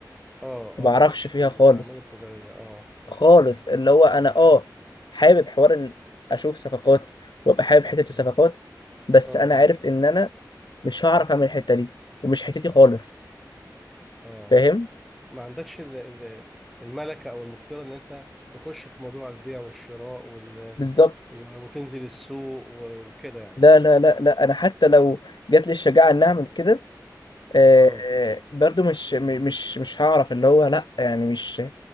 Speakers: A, in the centre; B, on the left.
A: اه
B: ما بعرفش
A: اه مالكش في
B: فيها
A: الأعمال
B: خالص
A: التجارية اه اه
B: خالص اللي هو انا اه
A: مم.
B: حابب حوار ان اشوف صفقات وابقى حابب حته الصفقات بس
A: اه
B: انا
A: اه
B: عارف ان انا مش هعرف اعمل الحته دي ومش حتتي خالص
A: اه
B: فاهم
A: ما عندكش ال- ال- الملكة أو المقدرة إن أنت تخش في موضوع البيع والشراء و-
B: بالظبط
A: وتنزل السوق و- وكده يعني
B: لا لا لا لا انا حتى لو جات لي الشجاعه ان اعمل كده آه
A: اه
B: آه، برضو مش م- مش مش هعرف اللي هو لا يعني مش